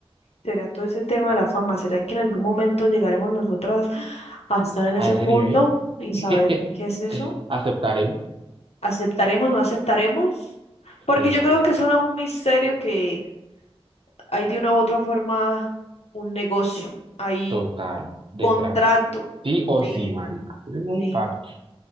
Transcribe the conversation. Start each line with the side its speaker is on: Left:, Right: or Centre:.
Left: será todo ese tema de la fama. ¿Será que en algún momento llegaremos nosotras a estar en ese
Right: A ese
Left: punto
Right: nivel,
Left: y saber
Right: <laughs>
Left: qué es eso?
Right: aceptaremos.
Left: aceptaremos, no aceptaremos, porque
Right: Sí,
Left: yo
Right: marica.
Left: creo que eso no es un misterio que hay de una u otra forma un negocio, hay
Right: Total, detrás.
Left: contrato,
Right: Sí o
Left: ahí
Right: sí, marica. Es un
Left: sí,
Right: facto.